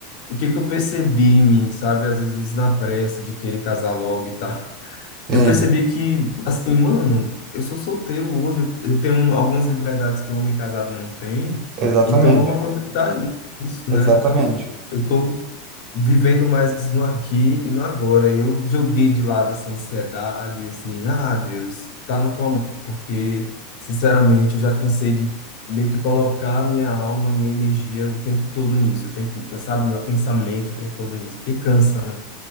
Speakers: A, on the left (about 60°); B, on the right (about 50°).
A: o que que eu percebi em mim, sabe, às vezes na pressa de querer casar logo e tal,
B: sim,
A: eu percebi que, assim, mano, eu sou solteiro hoje, eu eu tenho um, algumas liberdades que um homem casado não tem,
B: exatamente,
A: então vamos aproveitar isso,
B: exatamente.
A: né? Então. eu tô vivendo mais no aqui e no agora. Eu joguei de lado essa ansiedade, assim, ah, Deus, tá na tua mão, porque, sinceramente, eu já cansei de meio que colocar minha alma, minha energia o tempo todo nisso, o tempo, sabe, meu pensamento o tempo todo nisso, porque cansa. né?